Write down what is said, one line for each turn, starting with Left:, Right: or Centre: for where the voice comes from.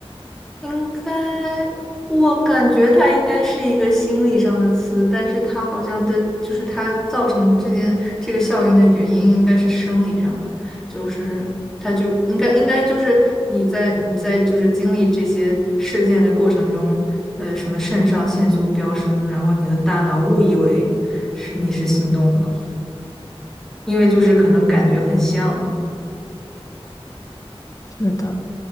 Centre: 应该，我感觉它应该是一个心理上的词，但是它好像的，就是它造成这件这个效应的原因应该是生理上的，就是它就应该应该就是你在你在就是经历这些事件的过程中，呃，什么肾上腺素飙升，然后你的大脑误以为是你是心动了，因为就是可能感觉很像嘛，
Left: <laughs> 是的。